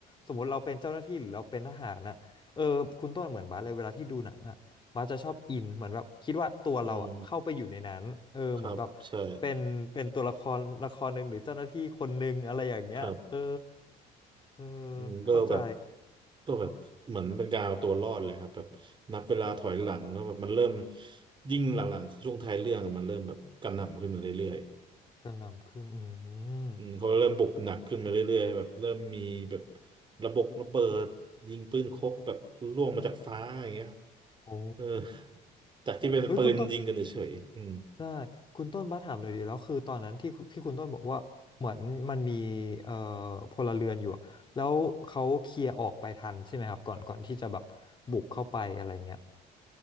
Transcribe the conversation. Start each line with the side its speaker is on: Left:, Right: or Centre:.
Left: สมมติเราเป็นเจ้าหน้าที่หรือเราเป็นทหารน่ะเออคุณต้นเหมือนบาสเลยเวลาที่ดูหนังอะ บาสจะชอบอินเหมือนแบบคิดว่าตัวเราอะเข้าไปอยู่ในนั้นเออเหมือนแบบ
Right: อืมครับใช่
Left: เป็นเป็นตัวละครละครหนึ่งหรือเจ้าหน้าที่คนหนึ่งอะไรอย่างเงี้ยเออ
Right: ครับ
Left: เออ
Right: อืมก็แบบ
Left: เข้าใจ
Right: ก็แบบเหมือนเป็นการเอาตัวรอดเลยครับแบบนับเวลาถอยหลังแล้วแบบมันเริ่มยิ่งหลังๆช่วงท้ายเรื่องอะมันเริ่มแบบกระหน่ำขึ้นมาเรื่อย
Left: กระหน่ำขึ้นอื
Right: ๆอืมเขาเริ่มบุกหนักขึ้นมาเรื่อยๆแบบเริ่มมีแบบ
Left: ม
Right: ระบบระเบิดยิงปืนคกแบบล่วงมาจากฟ้าอย่างเงี้ย
Left: โอ้
Right: เออจากที่เป็นปืนยิงกันเฉยๆอืม
Left: เอ้ยคุณต้นได้คุณต้นบ้าสถามเลยดีแล้วคือตอนนั้นที่ที่คุณต้นบอกว่าเหมือนมันมีเอ่อพลเรือนอยู่อะแล้วเขาเคลียร์ออกไปทันใช่ไหมครับก่อนก่อนที่จะแบบบุกเข้าไปอะไรเงี้ย